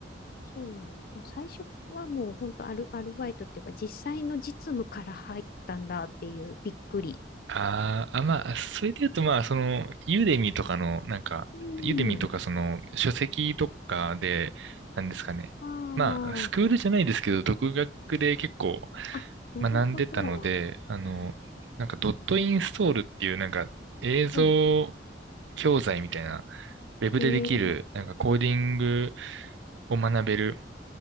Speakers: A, on the left (about 55°); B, on the right (about 75°).
A: そうなんです。あ、最初はもう本当アル、アルバイトっていうか、実際の実務から入ったんだっていうびっくり。
B: あーあ、まあ、それで言うと、まあ、その、ユーデミとかの、なんか、
A: う
B: ユーデミとか、
A: ん。
B: その、書籍とかで、なんですかね。
A: あ
B: まあ、スクールじゃないですけど、独学で結構
A: あ、あ、なるほど。
B: 学んでたので、あの、なんか、ドットインストールっていう、なんか、映像
A: うん。
B: 教材みたいな、ウェブでできる、
A: えー、
B: なんか、コーディングを学べる